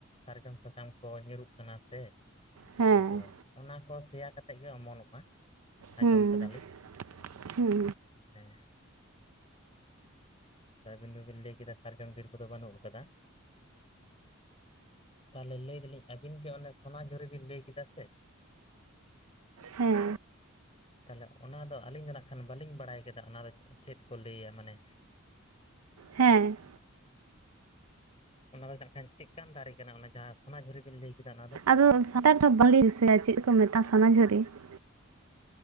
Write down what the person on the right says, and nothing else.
ᱦᱮᱸ
ᱦᱩᱸ
ᱦᱩᱸ
ᱦᱮᱸ
ᱦᱮᱸ
ᱟᱫᱚ ᱥᱟᱱᱛᱟᱲ ᱫᱚ ᱵᱟᱞᱮᱧ ᱫᱤᱥᱟᱹᱭᱟ ᱪᱮᱫ ᱠᱚ ᱢᱮᱛᱟᱜᱼᱟ ᱥᱚᱱᱟᱡᱷᱩᱨᱤ <unintelligible>